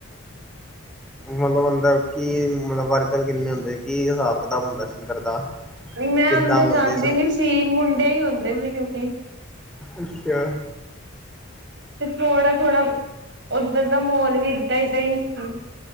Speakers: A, in the centre; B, on the right.
A: ਮਤਲਬ ਅੰਦਰ ਕੀ ਮਤਲਬ, ਵੱਰਕਰ ਕਿੰਨੇ ਹੁੰਦੇ, ਕੀ ਹਿਸਾਬ-ਕਿਤਾਬ ਹੁੰਦਾ ਅੰਦਰ ਦਾ।
B: ਮੈਂ
A: ਕਿੱਦਾਂ
B: ਅੰਦਰ
A: ਬੰਦੇ
B: ਜਾਂਦੀ ਨੀ ਸੀ, ਮੁੰਡੇ ਹੀ ਹੁੰਦੇ ਸੀ ਕਿਉਂਕਿ।
A: ਅੱਛਾ।
B: ਤੇ ਥੋੜਾ-ਥੋੜਾ ਓਧਰ ਦਾ ਮਾਹੋਲ ਵੀ ਏਦਾਂ ਦਾ ਹੀ ਸੀ।